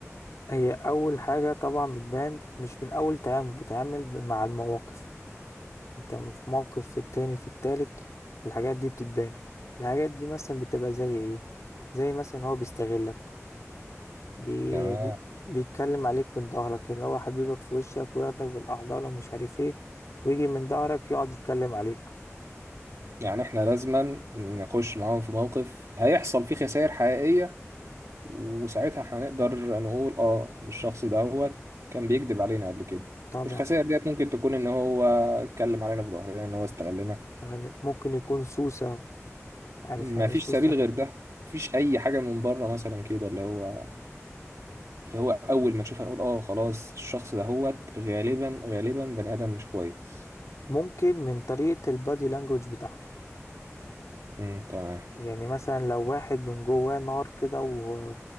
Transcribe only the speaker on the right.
تمام
يعني احنا لازما نخش معاهم في موقف هيحصل فيه خسائر حقيقيه وساعتها هنقدر نقول اه ان الشخص دهوت كان بيكذب علينا قبل كده
الخسائر ديت ممكن تكون ان هو اتكلم علينا في ظهرنا ان هو استغلنا
مفيش
سبيل غير ده مفيش اي حاجه من بره مثلا كده اللي هو اللي هو اول ما تشوفها نقول اه خلاص الشخص ده هوت غالبا غالبا بني ادم مش كويس
امم تمام